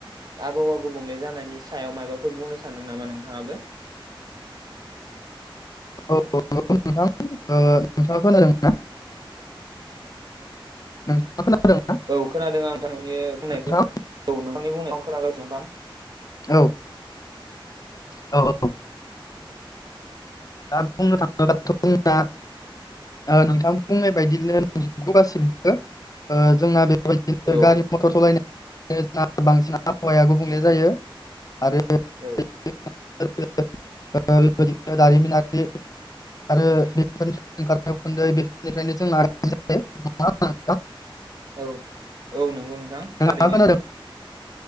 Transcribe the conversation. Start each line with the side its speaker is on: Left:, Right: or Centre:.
Right: आबहावा गुबुंले जानायनि सायाव मायबाफोर बुंनो सानदों नामा नोंथाङाबो?
Left: औ नंगौ नोंथां नोंथाङा खोनादों? ना <unintelligible>
Right: औ खोनादों आं नोंथांनि बुंनायखौ
Left: नोंथां
Right: औ नोंथांनि बुंनायाव आं खोनागासिनो नोंथां।
Left: औ औ औ। दा बुंनो थाङोब्लाथ' जोंना नोंथां बुंनाय बायदिनो <unintelligible> गासिबो जोंना बेबायदिनो
Right: औ
Left: गारि मटर सलायनाय <unintelligible> जोंहा बांसिन आबहावाया गुबुंले जायो आरो
Right: औ।
Left: <unintelligible> दारिमिन आरि <unintelligible>
Right: औ औ नंगौ नोंथां
Left: नोंथाङा
Right: थारैनो।
Left: खोनादों